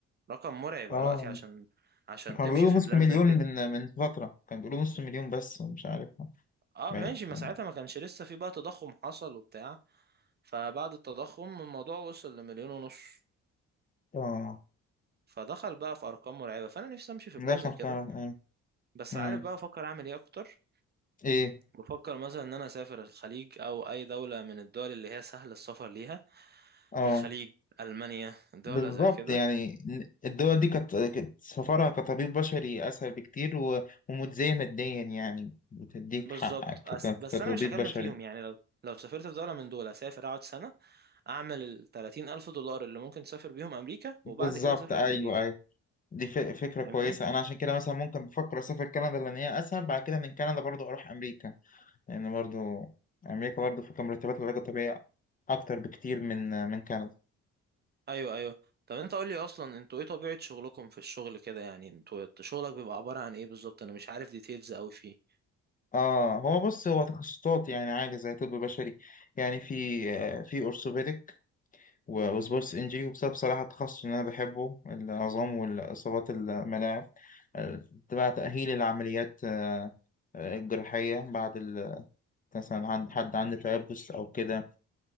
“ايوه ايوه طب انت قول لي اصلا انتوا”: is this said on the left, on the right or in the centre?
Right